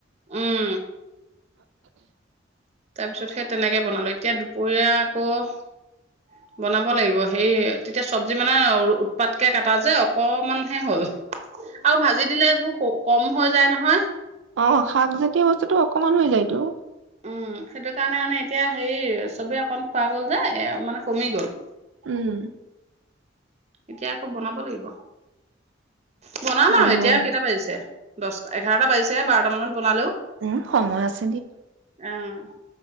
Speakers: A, on the right; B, on the right.
A: উম। তাৰ পিছত সেই তেনেকে বনালো এতিয়া দুপৰীয়া আকৌ বনাব লাগিব হেয়ি তেতিয়া চব্জি মানে উৎপাতকে কটা যে, অকমান হে হ'ল। আৰু ভাজি দিলে এইবোৰ <unintelligible> কম হৈ যায় নহয়।
B: অ', শাকজাতীয় বস্তুটো অকমান হৈ যায়তো।
A: উম, সেইটো কাৰণে মানে এতিয়া হেৰি চবেই অকন খোৱা গ'ল যে, এ মানে কমি গ'ল।
B: উম।
A: এতিয়া আকৌ বনাব লাগিব। বনাম
B: বনোৱাই
A: আৰু এতিয়া কেইটা বাজিছে। দচ এঘাৰটা বাজিছেহে বাৰট মান বনালেও
B: উম, সময় আছ
A: অ',